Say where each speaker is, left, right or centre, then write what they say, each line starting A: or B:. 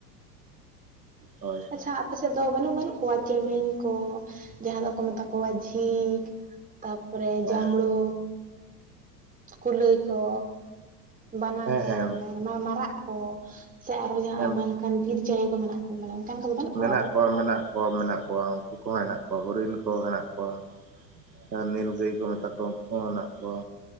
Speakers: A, on the right (about 85°); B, on the right (about 15°).
A: ᱦᱳᱭ᱾
B: ᱦᱮᱸ, ᱟᱯᱮ ᱥᱮᱫ ᱫᱚ ᱢᱟᱱᱮ ᱵᱟᱹᱱᱩᱜ, ᱵᱟᱹᱱᱩᱜ ᱠᱚᱣᱟ ᱪᱮᱢᱮᱧ ᱠᱚ, ᱡᱟᱦᱟᱸ ᱫᱚ ᱠᱚ ᱢᱮᱛᱟ ᱠᱚᱣᱟ ᱡᱷᱤᱞ᱾ ᱛᱟᱯᱚ ᱨᱮ
A: ᱦᱮᱸ
B: ᱡᱟᱸᱵᱢᱲᱩ ᱠᱩᱞᱟᱹᱭ ᱛᱚ ᱵᱟᱱᱟ
A: ᱦᱮᱸ
B: ᱠᱚ
A: ᱦᱮᱸ
B: ᱢᱟᱱᱮ ᱢᱟᱨᱟᱜ ᱠᱚ ᱥᱮ ᱟᱨ ᱦᱚ
A: ᱦᱮᱸ
B: ᱟᱭᱢᱟ ᱞᱮᱠᱟ ᱮᱠᱷᱟᱱ ᱵᱷᱤᱨ ᱪᱮᱬᱮ ᱠᱚ ᱢᱮᱱᱟᱜ ᱠᱚ ᱢᱟᱱᱮ ᱚᱱᱠᱟᱱ ᱠᱚᱫᱚ ᱵᱟᱹᱱᱩᱜ
A: ᱢᱮᱱᱟᱜ
B: ᱟᱫᱚ
A: ᱠᱚᱣᱟ ᱢᱮᱱᱟᱜ ᱠᱚᱣᱟ ᱢᱮᱱᱟᱜ ᱠᱚᱣᱟ ᱩᱱᱠᱩ ᱠᱚ ᱦᱚᱸ ᱦᱮᱱᱟᱜ ᱠᱚᱣᱟ ᱦᱚᱨᱤᱱ ᱢᱮᱱᱟᱜ ᱠᱚᱣᱟ ᱱᱤᱞ ᱜᱟᱹᱭ ᱠᱚ ᱢᱮᱛᱟ ᱠᱚᱣᱟ ᱩᱱᱠᱩ ᱦᱚ ᱦᱮᱱᱟᱜ ᱠᱚᱣᱟ᱾